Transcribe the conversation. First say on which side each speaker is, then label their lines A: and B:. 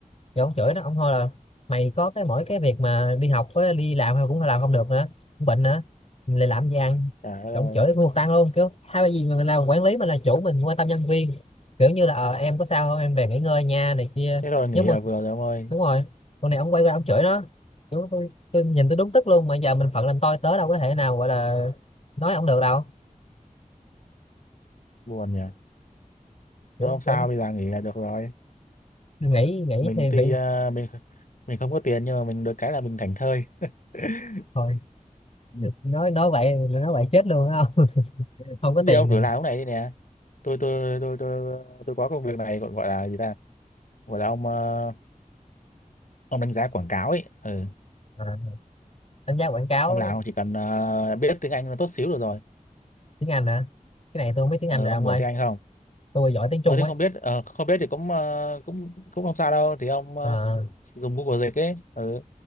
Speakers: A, on the left; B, on the left.
A: rồi ổng chửi nó ổng thôi là mày có cái mỗi cái việc mà đi học với đi làm mà cũng làm không được nữa cũng bệnh nữa mình lại làm gì ăn
B: Trời đất
A: rồi
B: ơi.
A: ổng chửi cùng tăng luôn kiểu hai cái gì mình làm quản lý mình là chủ mình quan tâm nhân viên kiểu như là ờ, em có sao không em về nghỉ ngơi nha này kia
B: Thế rồi nghỉ
A: nhớ mua
B: là vừa rồi ông ơi.
A: đúng rồi con này ông quay qua ông chửi nó Kiểu tôi, tôi nhìn tôi đúng tức luôn mà giờ mình phận làm tôi tớ đâu có thể nào gọi là nói ông được đâu
B: Buồn nhỉ.
A: kiểu
B: Thôi không sao,
A: quán
B: bây giờ nghỉ là được rồi.
A: nghĩ nghĩ
B: Mình
A: thì
B: tuy
A: bị
B: ờ, mình mình không có tiền nhưng mà mình được cái là mình thảnh thơi. <laughs>
A: thôi nói nói vậy nói vậy chết luôn á không <laughs> không có
B: Thế
A: tiền
B: thì ông thử làm cái này đi nè. Tôi tôi tôi tôi tôi có công việc này gọi gọi là gì ta? Gọi là ông ờ, ông đánh giá quảng cáo ấy. Ừ.
A: à, đánh giá quảng cáo
B: Ông làm ông chỉ cần ờ, biết tiếng Anh là tốt xíu được rồi.
A: tiếng Anh hả cái này tôi không biết tiếng
B: Ờ,
A: Anh rồi
B: ông
A: ông
B: giỏi
A: ơi
B: tiếng Anh không?
A: tôi giỏi tiếng
B: Ờ,
A: Trung
B: nếu
A: ấy
B: không biết ờ, không biết thì cũng ờ, cũng cũng không sao đâu thì ông ờ,
A: à,
B: dùng Google dịch ấy. Ừ.